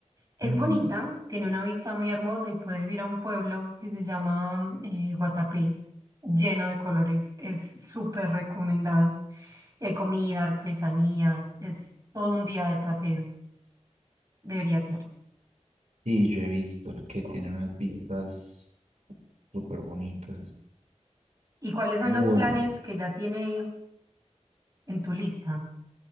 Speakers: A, on the right; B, on the right.
A: Es
B: Ujú.
A: bonita, tiene una vista muy hermosa y puedes ir a un pueblo que se llama eh, Guatapé, lleno de colores. Es súper recomendado. Y hay comida, artesanías, es todo un día de paseo. Deberías ir.
B: Sí, yo he visto el que tiene unas vistas súper bonitas.
A: ¿Y cuáles son
B: Bueno,
A: los planes que ya tienes? en tu lista.